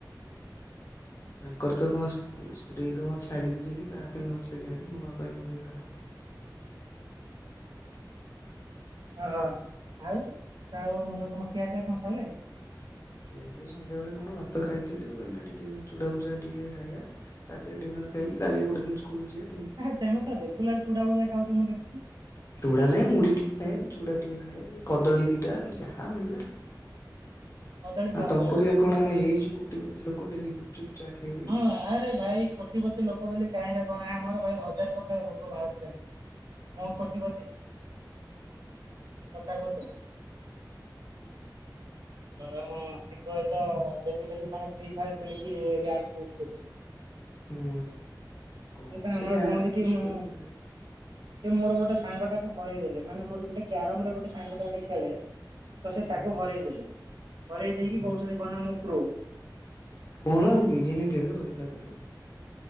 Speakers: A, on the left; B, on the right.
A: ତାଙ୍କର ତ କଣ ସ୍ତ୍ରୀ ତ କଣ ଛାଡି ଦେଇଛନ୍ତି, କାହା ପାଇଁ ନଉଥିଲେ କେଜାଣି ନୂଆ ପାଇଁ ବୋଧେ କାହା।
B: ଓହୋଃ, ଆଉ ଆଉ ମୁଁ କହିଲି ତମ ଖିଆପିଆ କଣ ସଇଲାଣି?
A: କେବେ ସନ୍ଧ୍ୟାବେଳେ କଣ ଭାତ ଖାଇଥିଲୁ ଏଇନା ଟିକେ ଚୁଡ଼ା ଭୁଜା ଟିକେ ଖାଇବା। ରାତିରେ ଡିନର୍ ଖାଇ କାଲି ଗୋଟେ ଦିନ ସ୍କୁଲ ଯିଏ।
B: ଆଉ ତମେ କଣ ରେଗୁଲାର ଚୁଡାଭଜା ଖାଉଛ ମୁଁ ଦେଖୁଛି।
A: ଚୁଡ଼ା ନାଇଁ ମୁଢି ଟିକେ ଖାଇବା କି ଚୁଡ଼ା ଟିକେ ଖାଇବା କି କଦଳୀ ଦିଟା କି ଯାହା ମିଳିଲା।
B: କଦଳୀ ଖାଅ
A: ଆ ତମ
B: ଦେହ
A: ପରିଆ
B: ଭଲ ରହିବ।
A: କଣ ଆମେ ହେଇଛୁ କୋଟିପତି ଲୋକ ଡେଲି ଗୁପଚୁପ୍ ଚାଟ୍। ଖାଇପାରିବୁ।
B: ହଁ ଆରେ ଭାଇ କୋଟିପତି ଲୋକ ବୋଲି କାହିଁରେ କଣ ଆମର ଭାଇ ହଜାର ପ୍ରକାର ରୋଗ ବାହାରୁଚି ଆଜ୍ଞା ମୁଁ
A: ହୁଁ
B: କଣ କୋଟିପତି ସତ କହୁଚ? ଆମ ଶିଖୁ ଭାଇ ତ ଡେଲି ଡେଲି ମାନେ ଫିଇ ପାଇବ୍ ଖେଳିକି ରୟାଙ୍କ ପୋଷ୍ଟ କରୁଚନ୍ତି। ସେ
A: ହୁଁ। କଣ
B: ତା ମାମାଙ୍କୁ
A: ସେ ରାଙ୍କ
B: କୁହନ୍ତି
A: ପୁସ୍
B: କି ମୁଁ
A: କରି ମିଳିବ।
B: ସେ ମୋର ଗୋଟେ ସାଙ୍ଗଟାକୁ ହରେଇ ଦେଲେ ମାନେ ମୋର ଗୋଟେ କ୍ୟାରମର ଗୋଟେ ସାଙ୍ଗଟା ଗୋଟେ ଖେଳେ। ତ ସେ
A: ହୁଁ
B: ତାକୁ
A: ହୁଁ
B: ହରେଇ ଦେଲେ, ହରେଇ ଦେଇକି କହୁଛନ୍ତି କଣ ନା ମୁଁ ପ୍ରୋ।
A: କହୁନ ବିରିୟାନୀ ଦେବେ ହରିଲା ପରେ।